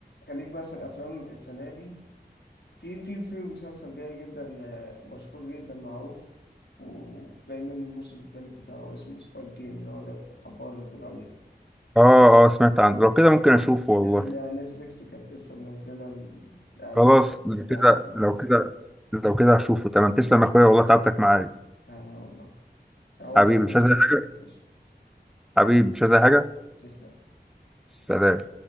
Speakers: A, on the left (about 85°); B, in the centre.
A: كليك مثلا افلام السنة دي في في في مسلسل جاي جدا آه، مشهور جدا معروف وجاي منه الموسم التالت بتاعه اسمه سكواد جيم اللي هو لعبة الحبار اللي بيقولوا عليه ده
B: اه اه سمعت عنه لو كده ممكن أشوفه والله
A: نزل يعني نتفليكس كانت لسه منزلة الإعلان
B: خلاص
A: الافتتاح
B: لو كده
A: بتاعه
B: لو كده لو كده هشوفه تمام تسلم يا أخويا والله تعبتك معايا
A: لا لا والله هو
B: حبيبي
A: حلو
B: مش عايز
A: جدا
B: أي حاجة
A: ماشي
B: حبيبي مش عايز أي حاجة
A: تسلم
B: سلام